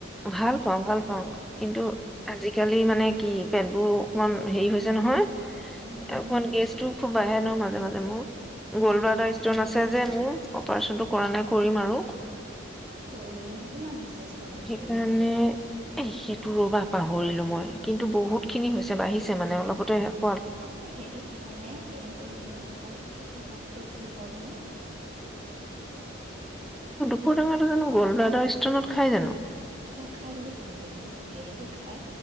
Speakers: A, in the centre; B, on the right.
A: ভাল পাওঁ ভাল পাওঁ কিন্তু
B: উম,
A: আজিকালি মানে কি পেটবোৰ অকমান হেৰি হৈছে নহয় এতিয়া
B: উম,
A: গেছটো খুব বাহে নহয় -- মাজে মাজে ম।
B: বাঢ়ে
A: গ'ল্ড ব্ৰডাৰ
B: বাঢ়ে
A: ষ্টন আছে
B: অ'।
A: যে মোৰ। অপাৰচনটো কৰা নাই কৰিম আৰু।
B: কৰি মোৰ কিমান হৈছে? ষ্টনৰ
A: সেইকাৰণে
B: হেৰিটো?
A: এ সেইটো ৰ'বা পাহৰিলো মই কিন্তু বহুত খিনি হৈছে বাঢ়িছে মানে অলপ তে <unintelligible>
B: আপুনি হেৰি খাইনে এইটো কি বুলি কয় এই যে কি পাতটো যে দুপৰটেঙা।
A: দুপৰটেঙাটো জানো গল ষ্টত খাই জানো?
B: অ খাই বুলি শুনো দেখোন হেৰিতটো খাই।